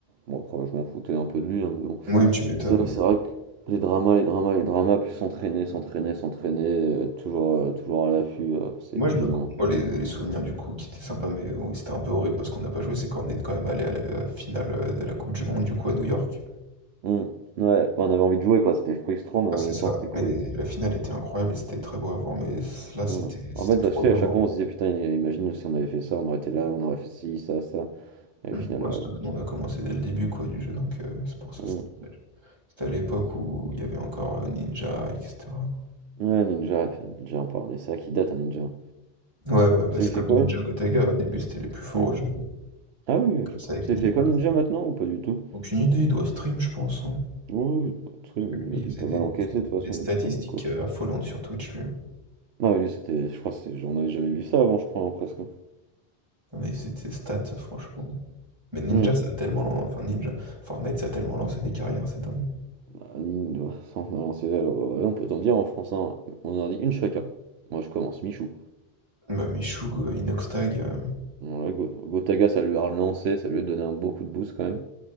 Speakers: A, on the right; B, on the right.
A: bon après je m'en foutais un peu de lui, hein, mais bon.
B: Oui, tu m'étonnes.
A: Ça c'est vrai que les dramas, les dramas, les dramas, puis s'entraîner, s'entraîner, s'entraîner, euh, toujours, euh, toujours à l'affût, euh, c'est
B: Moi,
A: épuisant.
B: je me... moi, les, les souvenirs du coup qui étaient sympas, mais euh, oui, c'était un peu horrible parce qu'on n'a pas joué, c'est qu'on est quand même allé à la euh, finale euh, de la Coupe du Monde du coup à New York.
A: Hmm, Ouais, bah, on avait envie de jouer quoi, c'était frustrant mais en
B: Ah, c'est
A: même
B: ça.
A: temps c'était cool.
B: Mais la finale était incroyable et c'était très beau à voir. Mais c- là, c'était
A: Hmm.
B: c'était
A: En fait,
B: trop
A: tu sais,
B: tôt.
A: à chaque
B: Bon.
A: fois on se disait putain, imagine si on avait fait ça, on aurait été là, on aurait fait ci, ça, ça. Et
B: Mm.
A: au final,
B: Bah,
A: ouais.
B: surtout que nous, on a commencé dès le début quoi, du jeu. Donc, euh, c'est pour ça.
A: Hmm.
B: C'était dommage. c'était à l'époque où il y avait encore euh, Ninja, etc. quoi.
A: Ouais, Ninja, Ninja, on parlait ça, qui date un Ninja.
B: Ouais, ouais, bah,
A: Tu sais,
B: c'est
A: il fait
B: comme
A: quoi?
B: Ninja Gotaga. Au début, c'était les plus forts
A: Hmm.
B: au jeu.
A: Ah oui, oui,
B: Comme
A: je-
B: ça, avec
A: c'est
B: Nikos.
A: fait quoi Ninja maintenant ou pas du tout?
B: Aucune idée, il doit stream, je pense. hein.
A: Oui, oui, tu sais,
B: Parce que lui,
A: il a
B: il
A: dû
B: faisait
A: pas
B: des,
A: mal
B: des-
A: encaisser de toute façon,
B: des statistiques
A: il a dû pas mal coffrer.
B: euh, affolantes sur Twitch, lui. hein.
A: Non mais lui c'était, je crois que c'est, j'en avais jamais vu ça avant je crois hein, presque.
B: Non, mais c'est ses stats, franchement. Mais Ninja,
A: Hmm.
B: ça a tellement. lan- Enfin, Ninja. Fortnite, ça a tellement lancé des carrières, c'est dingue.
A: Bah, Ninja, <laughs> sans allant on peut t'en dire en français, hein. on en a dit une chacun. Moi je commence, Michou.
B: Bah, Michoug, euh, Inoxtag. euh,
A: Ouais, Go- Gotaga ça lui a relancé, ça lui a donné un beau coup de boost quand même.